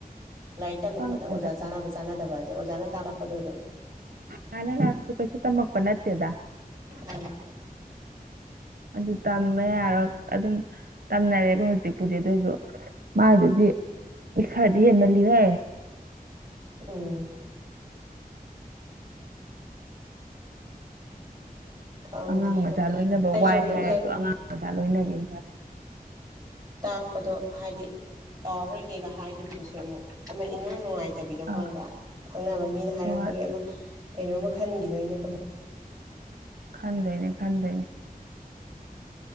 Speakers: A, on the right; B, on the right.
A: ꯂꯥꯏꯔꯤꯛ ꯇꯝꯃꯛꯄꯗ
B: ꯈꯪꯗꯦꯗ
A: ꯑꯣꯖꯥ ꯆꯥꯅꯕ ꯆꯥꯅꯗꯕ ꯍꯥꯏꯁꯦ ꯑꯣꯖꯥꯅ ꯇꯥꯛꯂꯛꯄꯗꯣ ꯑꯗꯨꯝ
B: ꯀꯅ ꯂꯁꯨ ꯀꯩꯁꯨ ꯇꯝꯃꯛꯄ ꯅꯠꯇꯦꯗ
A: ꯎꯝ
B: ꯑꯗꯨ ꯇꯝꯃꯦ ꯌꯥꯔꯣꯏ ꯑꯗꯨꯝ ꯇꯝꯅꯔꯦꯕ ꯍꯧꯖꯤꯛꯄꯨꯗꯤ ꯑꯗꯨꯑꯣꯏꯁꯨ ꯃꯥꯏꯗꯨꯗꯤ ꯈꯔꯗꯤ ꯍꯦꯟꯃꯜꯂꯤꯍꯦ
A: ꯎꯝ ꯈꯪꯗꯦ
B: ꯑꯉꯥꯡ ꯃꯆꯥ ꯂꯣꯏꯅꯕ
A: ꯑꯩꯁꯨ
B: ꯋꯥꯏ
A: ꯑꯃꯨꯛ
B: ꯍꯥꯏꯔꯁꯨ
A: ꯍꯦꯛ
B: ꯑꯉꯥꯡ ꯃꯆꯥ ꯂꯣꯏꯅꯒꯤ ꯐꯔꯦ
A: ꯇꯥꯛꯄꯗꯣ ꯍꯥꯏꯗꯤ ꯇꯥꯎꯔꯣꯏꯒꯦꯒ ꯍꯥꯏꯈꯤꯕꯗꯨꯁꯨ ꯑꯃꯨꯛ ꯑꯃ ꯏꯅꯨꯡ ꯅꯨꯡꯉꯥꯏꯇ ꯆꯕꯤꯗꯣ
B: ꯑꯥ
A: ꯈꯪꯕ꯭ꯔꯥ ꯈꯪꯅꯕ ꯃꯤꯅ ꯍꯥꯏꯔꯛꯄꯒꯤ
B: ꯍꯣꯏ
A: ꯑꯃ ꯀꯩꯅꯣꯝꯃ ꯈꯟꯈꯤꯗꯣꯏꯅꯦꯕ
B: ꯈꯥꯟꯗꯣꯏꯅꯦ ꯈꯥꯟꯗꯣꯏꯅꯦ